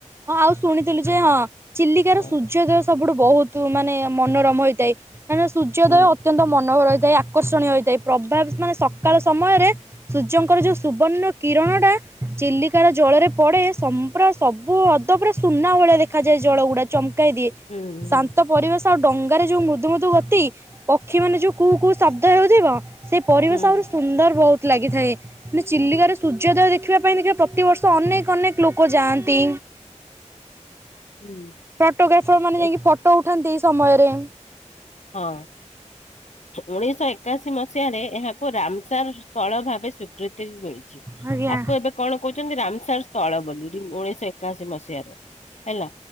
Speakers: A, on the right; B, on the left.
A: ହଁ ଆଉ ଶୁଣିଥିଲୁ ଯେ ହଁ ଚିଲିକାର
B: ହଁ
A: ସୂର୍ଯ୍ୟଦୟ ସ ସବୁଠୁ ବହୁତ ମାନେ ମନୋରମ ହୋଇଥାଏ ମାନେ ସୂର୍ଯ୍ୟଦୟ
B: ହୁଁ
A: ଅତ୍ୟନ୍ତ ମନୋହର ହୋଇ ସେ ଆକର୍ଷଣୀୟ ହୋଇଥାଏ ପ୍ରଭାତ ମାନେ ସକାଳ ସମୟରେ ସୂର୍ଯ୍ୟଙ୍କର ଯୋଉ ସୁବର୍ଣ୍ଣ କିରଣଟା ଚିଲିକାର ଜଳରେ ପଡ଼େ ସମ୍ପ୍ର ସବ ପୁ ଅଦ ପୁରା ସୁନା ଭଳିଆ ଦେଖାଯାଏ ଜଳ ଗୁଡା ଚମକାଇ ଦିଏ
B: ହୁଁ ହୁଁ
A: ଶାନ୍ତ ପରିବେଶ ଆଉ ଡ଼ ଗାରେ ଯୁ ମୁଦୁମୁଦୁ ଗତି ପକ୍ଷୀ ମାନେ ଯୋଉ କୁଉ କୁଉ ଶବ୍ଦ ହେଉଥିବ ସେ ପରିବେଶ
B: ହୁଁ।
A: ଆହୁରି ସୁନ୍ଦର ବହୁତ ଲାଗିଥାଏ ମନ ଚିଲିକାରେ ସୂର୍ଯ୍ୟୋଦୟ ଦେଖିବା ପାଇଁ ଦେଖିବେ ପ୍ରତିବର୍ଷ ଅନେକ ଅନେକ ଲୋକ ଯାଆନ୍ତି।
B: ହୁଁ
A: ଫଟୋଗ୍ରାଫର ମାନେ ଯାଇକି
B: ଏ
A: ଫଟୋ ଉଠାନ୍ତି ଏଇ ସମୟରେ।
B: ହଁ ଉଣେଇଶହ ଏକାଶି ମସିହା ରେ ଏହାକୁ ରାମଚାର ସ୍ଥଳ ଭାବେ ସ୍ଵୀକୃତି ମିଳିଛି
A: ଆଜ୍ଞା
B: ଆକୁ
A: ଆଜ୍ଞା।
B: ଏବେ କଣ କହୁଛନ୍ତି ରାମସାର ସ୍ଥଳ ବୋଲି ରିମ୍ ଉଣେଇଶହ ଏ ଏକାଶୀ ମସିହାରୁ ହେଲା